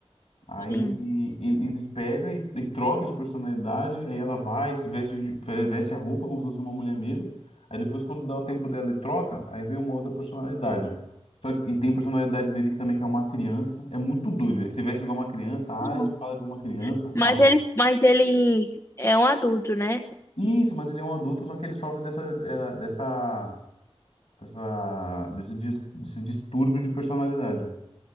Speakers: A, on the left; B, on the left.
A: Aí
B: Sim.
A: e- eles pegam e, e troca de personalidade, aí ela vai, se veste, de- veste a roupa como se fosse uma mulher mesmo. Aí depois, quando dá o tempo dela e troca, aí vem uma outra personalidade. Só que, e tem personalidade dele que também que é uma criança. É muito doido. Ele se veste igual uma criança, age,
B: Não.
A: fala igual uma criança.
B: Mas
A: Ah,
B: ele, mas ele é um adulto, né?
A: isso, mas ele é um adulto, só que ele sofre dessa, era- dessa, dessa, desse, dis- desse distúrbio de personalidade.